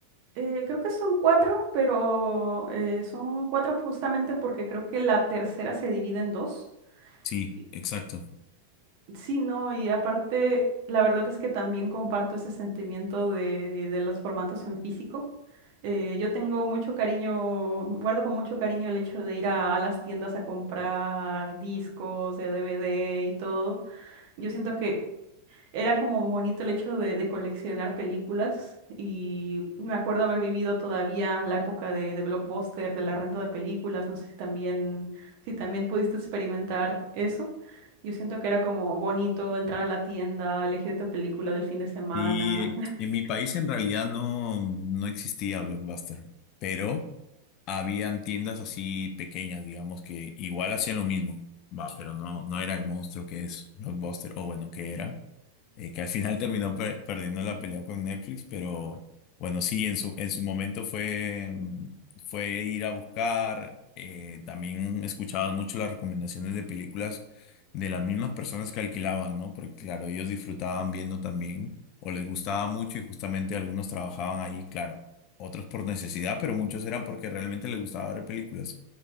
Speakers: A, on the right; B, on the left.
A: Eh, creo que son cuatro, pero eh, son cuatro justamente porque creo que la tercera se divide en dos.
B: Sí,
A: Y-
B: exacto.
A: Sí, no, y aparte, la verdad es que también comparto ese sentimiento de, de los formatos en físico. Eh, yo tengo mucho cariño, guardo con mucho cariño el hecho de ir a, a las tiendas a comprar discos de DVD y todo. Yo siento que era como bonito el hecho de, de coleccionar películas y me acuerdo haber vivido todavía la época de, de Blockbuster, de la renta de películas, no sé si también, si también pudiste experimentar eso. Yo siento que era como bonito entrar a la tienda, elegir tu película del fin de semana.
B: Y en mi país en realidad no, no existía Blockbuster, pero habían tiendas así pequeñas, digamos, que igual hacían lo mismo, va, pero no, no era el monstruo que es Blockbuster, o bueno, que era eh, que al final terminó per- perdiendo la pelea con Netflix, pero bueno, sí, en su, en su momento fue, mm, fue ir a buscar, eh, también escuchaban mucho las recomendaciones de películas de las mismas personas que alquilaban, ¿no? Porque claro, ellos disfrutaban viendo también, o les gustaba mucho y justamente algunos trabajaban ahí, claro, otros por necesidad, pero muchos eran porque realmente les gustaba ver películas.